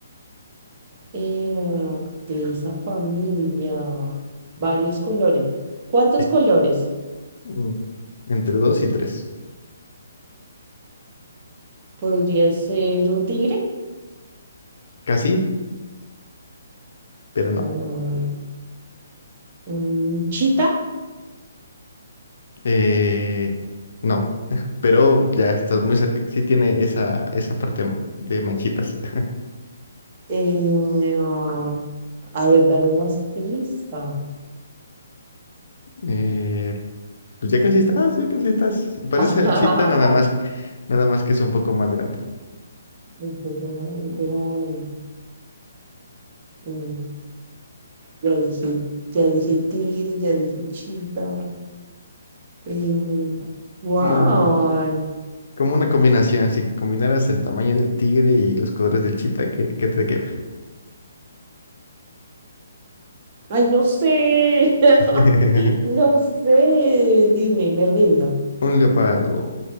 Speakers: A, on the right; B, on the left.
A: eh, de esa familia. Varios colores. ¿Cuántos
B: Sí.
A: colores?
B: Mm, entre dos y tres.
A: Podría ser un tigre,
B: Casi, pero no.
A: mm, un chita.
B: Eh, no, <laughs> pero ya estás muy cerca. Sí tiene esa, esa parte de manchitas. <laughs>
A: eh, ah, a ver, dame más pistas.
B: Eh, pues ya casi estás, ya casi estás. Se parece
A: <laughs>
B: al chita, nada más, nada más que es un poco más grande.
A: Un poco más, yo creo, mm, Ya dije, ya dije tigre, ya dije chita. Eh, ¿cuál?
B: Como, como una combinación. Si combinaras el tamaño del tigre y los colores del chita, ¿qué, qué te queda?
A: Ay, no sé. <laughs>
B: <laughs>
A: No sé. Dime, me rindo.
B: Un leopardo.